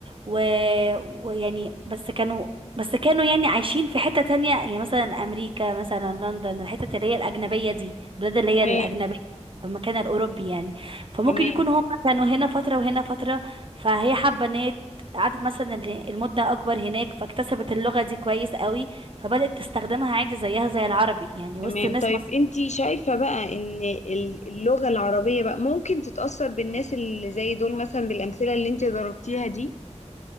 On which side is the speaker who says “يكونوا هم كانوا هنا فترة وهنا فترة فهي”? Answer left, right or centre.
Right